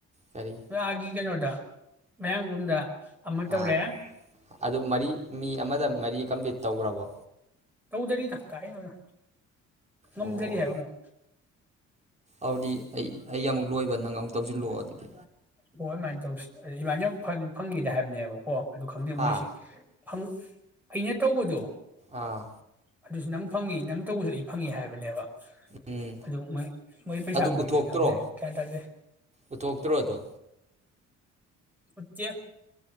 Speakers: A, on the right (about 20°); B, in the centre.
A: ꯀꯔꯤ
B: ꯋꯥꯔꯒꯤ ꯀꯩꯅꯣꯗ ꯃꯌꯥꯡꯒꯨꯝꯗ ꯑꯃ ꯇꯧꯔꯦ
A: ꯑꯥ ꯑꯗꯨ ꯃꯔꯤ ꯃꯤ ꯑꯃꯗ ꯃꯔꯤ ꯀꯝꯄ꯭ꯂꯤꯠ ꯇꯧꯈ꯭ꯔꯕꯣ
B: ꯇꯧꯗꯔꯤ ꯗ ꯀꯥꯏꯅꯣꯅ ꯉꯝꯗꯔꯤ
A: ꯑꯣ
B: ꯍꯥꯏꯕ ꯑꯃꯨꯛ
A: ꯑꯗꯨꯗꯤ ꯑꯩ ꯑꯩ ꯑꯃꯨꯛ ꯂꯣꯏꯕ ꯅꯪ ꯑꯃꯨꯛ ꯇꯧꯁꯤꯜꯂꯛꯑꯣ ꯑꯗꯨꯗꯤ
B: ꯕꯣ ꯑꯗꯨꯃꯥꯏꯅ ꯇꯧꯁꯤ ꯏꯃꯥꯟꯅ ꯐꯪꯈꯤꯗꯦ ꯍꯥꯏꯕꯅꯦꯕ ꯀꯣ ꯑꯗꯨ ꯈꯪꯗꯦ
A: ꯍꯥ
B: ꯃꯣꯏꯁꯦ ꯪ ꯑꯩꯅ ꯇꯧꯕꯗꯣ
A: ꯑꯥ
B: ꯑꯗꯨꯁꯨ ꯅꯪ ꯐꯪꯉꯤ ꯅꯪ ꯇꯧꯕꯁꯨ ꯑꯩ ꯐꯪꯏꯤ ꯍꯥꯏꯕꯅꯦꯕ
A: ꯎꯝ
B: ꯑꯗꯨꯃ ꯃꯣꯏ ꯃꯣꯏ ꯄꯩꯁꯥ
A: ꯑꯗꯨ
B: ꯑꯃꯑꯣꯡꯁꯤ
A: ꯎꯠꯊꯣꯛꯇ꯭ꯔꯣ
B: ꯈꯪꯗꯦ ꯒꯌ꯭ꯥꯟ ꯇꯥꯗꯦ
A: ꯎꯠꯊꯣꯛꯇ꯭ꯔꯣ ꯑꯗꯣ
B: ꯎꯠꯇꯦ